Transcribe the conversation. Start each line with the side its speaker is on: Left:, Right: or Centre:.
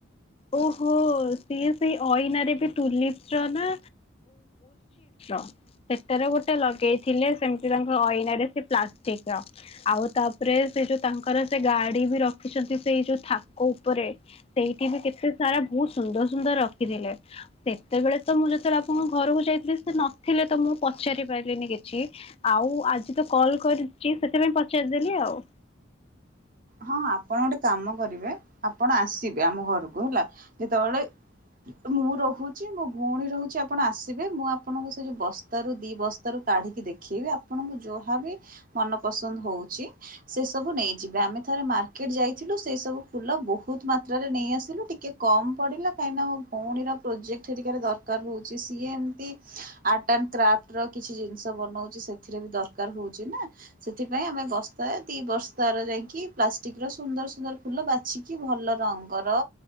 Left: ଓହୋ। ସିଏ ସେଇ ଅଇନାରେ ବି ଟୁଲିପସ ର ନା <unintelligible> ସେଟାର ଗୋଟେ ଲଗେଇଥିଲେ ସେମତି ତାଙ୍କ ଅଇନା ରେ ସେ ପ୍ଲାଷ୍ଟିକ ର। ଆଉ ତାପରେ ସେ ଯୋଉ ତାଙ୍କର ସେ ଗାଡି ବି ରଖିଛନ୍ତି ସେଇ ଯୋଉ ଥାକ ଉପରେ। ସେଇଠି ବି କେତେ ସାରା ବହୁତ ସୁନ୍ଦର ସୁନ୍ଦର ରଖିଥିଲେ। ସେତେବେଳେ ତ ମୁଁ ଯେତେବେଳେ ଆପଣଙ୍କ ଘରକୁ ଯାଇଥିଲି ସେ ନଥିଲେ ତ ମୁଁ ପଚାରି ପାରିଲିନି କିଛି। ଆଉ ଆଜି ତ କଲ କରିଛି ସେଥିପାଇଁ ପଚାରିଦେଲି ଆଉ।
Right: ହଁ ଆପଣ ଗୋଟେ କାମ କରିବେ। ଆପଣ ଆସିବେ ଆମ ଘରକୁ ହେଲା। ଯେତେବେଳେ ଆଉ ମୁଁ ରହୁଛି, ମୋ ଭଉଣୀ ରହୁଛି, ଆପଣ ଆସିବେ, ମୁଁ ଆପଣଙ୍କୁ ସେ ଯୋଉ ବ ବ ସ୍ତାରୁ, ଦି ବସ୍ତ ରୁ, କାଢିକି ଦେଖେଇବି ଆପଣଙ୍କୁ ଯାହା ବି ମନ ପସନ୍ଦ ହଉଛି ସେ ସବୁ ନେଇଯିବେ। ଆମେ ଥରେ ମାର୍କେଟ ଯାଇଥିଲୁ। ସେଇ ସବୁ ଫୁଲ ବହୁତ ମାତ୍ରାରେ ନେଇ ଆସିଲୁ। ଟିକେ କମ ପଡିଲା। କାହିଁକିନା ମୋ ଭଉଣୀର ପ୍ରୋଜେକ୍ଟ ହେରିକା ରେ ଦରକାର ହଉଛି। ସିଏ ଏମିତି ଆର୍ଟ ଆଣ୍ଡ କ୍ରାଫ୍ଟ ର କିଛି ଜିନିଷ ବନଉଛି ସେଥିରେ ବି ଦରକାର ହଉଛି ନା। ସେଥିପାଇଁ ଆମେ ବସ୍ତାଏ ଦି ବସ୍ତାର ଯାଇକି ପ୍ଲାଷ୍ଟିକ ର ସୁନ୍ଦର ସୁନ୍ଦର ଫୁଲ ବାଛିକି, ଭଲ ରଙ୍ଗର,